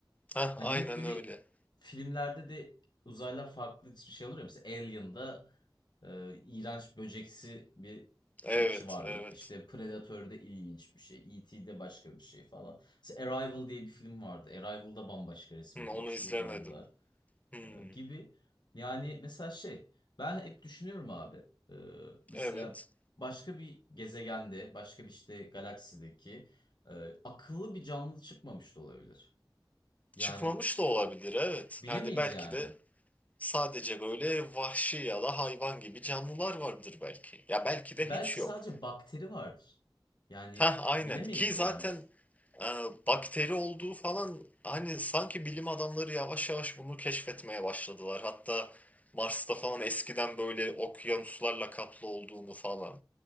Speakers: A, on the left (about 15°); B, on the left (about 55°).
A: Ha
B: Hani
A: aynen
B: hep böyle
A: öyle.
B: filmlerde de uzaylılar farklı şey olur ya. Mesela Alien'da e, iğrenç böceksi bir
A: Evet,
B: keçi varlık.
A: evet.
B: İşte Predator'da ilginç bir şey. E.T'de başka bir şey falan. Mesela Arrival diye bir film vardı. Arrival'da bambaşka resmedilmişti
A: Hı, onu izlemedim.
B: uzaylılar
A: Hmm,
B: e, gibi. Yani mesela şey ben hep düşünüyorum abi. E, mesela
A: evet.
B: başka bir gezegende başka bir işte galaksideki e, akıllı bir canlı çıkmamış da olabilir. Yani
A: Çıkmamış da olabilir, evet.
B: Bilemeyiz
A: Yani belki
B: yani.
A: de Sadece böyle vahşi ya da hayvan gibi canlılar vardır belki. Ya belki de
B: Belki
A: hiç yok.
B: sadece bakteri vardır. Yani
A: Ha aynen
B: bilemeyiz
A: ki zaten
B: yani.
A: e, bakteri olduğu falan hani sanki bilim adamları yavaş yavaş bunu keşfetmeye başladılar. Hatta Mars'ta falan eskiden böyle okyanuslarla kaplı olduğunu falan.